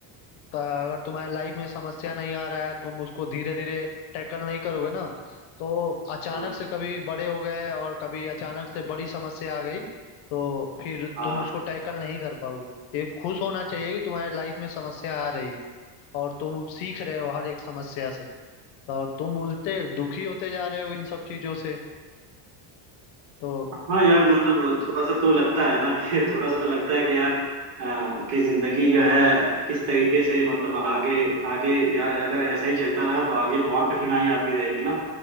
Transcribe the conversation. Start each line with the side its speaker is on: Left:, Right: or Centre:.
Left: अ, अगर तुम्हारे लाइफ में समस्या नहीं आ रहा है तुम उसको धीरे धीरे टैकल नहीं करोगे ना तो अचानक
Right: हाँ
Left: से कभी बड़े हो गए और कभी अचानक से बड़ी समस्या आ गई तो फिर
Right: हाँ
Left: तुम उसको टैकल नहीं कर पाओगे ये खुश होना चाहिए कि तुम्हारे लाइफ में समस्या आ रही है और तुम सीख रहे हो हर एक समस्या से और तुम उल्टे दुखी होते जा रहे हो इन सब चीजों से तो
Right: हाँ यार मतलब थोड़ा सा तो लगता है ना कि थोड़ा सा लगता है कि यार आ, कि जिंदगी जो है किस तरीके से मतलब आगे आगे यार अगर ऐसा ही चलता रहा तो आगे तो और कठिनाई आती रहेगी ना